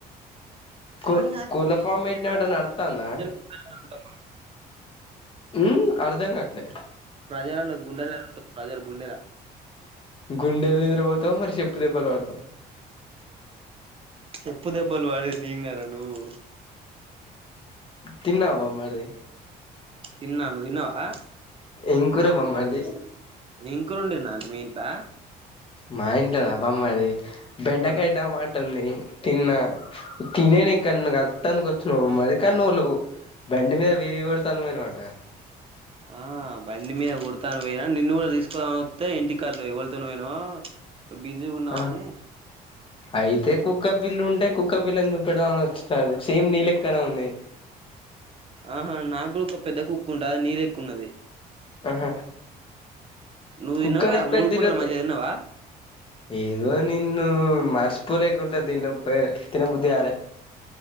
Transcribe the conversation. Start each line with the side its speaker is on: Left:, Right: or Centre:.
Right: <unintelligible>
Left: కూ కోళ్ల ఫామ్ పెట్టినవట నడుత్తాందా ఉమ్ అర్ధం గాట్లే
Right: ప్రజలల్లో గుండెలల్లో ఉంటుంది ప్రజల గుండె
Left: గుండెలు నిద్రపోతావు మరి చెప్పు దెబ్బలు పడతావు
Right: చెప్పు దెబ్బలు వడేది నేను గారా నువ్వు
Left: తిన్నావా బామ్మర్ది
Right: తిన్నా నువ్ తిన్నవా
Left: ఏం కూర బామ్మర్ది
Right: ఏం కూర ఒండినారు మీ ఇంట్ల
Left: మా ఇంట్లో నా బామ్మర్ది బెండకాయ
Right: ఆ
Left: టమా టంది తిన్నా తినేనికన్నుగా కళ్తానికి వచ్చిన నువ్ మరి కాను నువ్లు బండి మీద వీల్లు కొడతాందుకు పొయినావటగా
Right: ఆ బండి మీద కొడతానుకు పోయినా నిన్ను కూడా తీసుకోపోదామని వస్తే ఇంటి కాళ్ళు ఎవళుతోనో పొయినావో బిజీగున్నావని
Left: ఆ అయితే కుక్క పిల్లుంటే కుక్క పిల్లను చూపెడదాం అని వచ్చినాడు సేమ్ నీ లెక్కన ఉంది
Right: ఆహా నాకు గూడా ఒక పెద్ద కుక్కుంటాది అది నీలెక్కున్నది
Left: ఆహా
Right: నువ్వు
Left: కుక్కనిచ్చిపెట్ది
Right: తిన్నావుగా మూడు పూటలు
Left: తిరుగుతే
Right: మంచిగా తిన్నావా
Left: ఏదో నిన్ను మర్చిపోలేకుంటే తిన్నపే తినబుద్ది కాదే